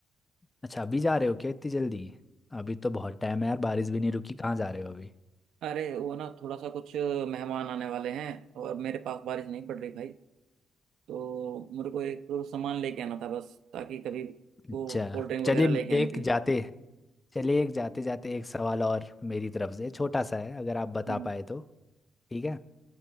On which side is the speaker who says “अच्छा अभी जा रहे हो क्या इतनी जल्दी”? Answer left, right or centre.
Left